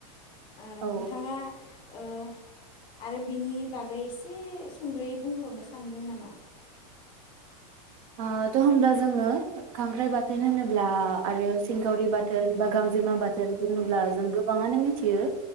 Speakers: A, on the left (about 25°); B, on the right (about 60°).
A: ओ
B: औ
A: नोंथाङा ओ आरो बिनि बागै एसे सुंद'यै बुंफोरनो सान सानदों नामा?
B: ओ त' होमब्ला जोङो खांख्राइ बाथोन होनोब्ला आरो सिंगावरि बाथोन बा गांजेमा बाथोन बुङोब्ला जों गोबाङानो मिथियो।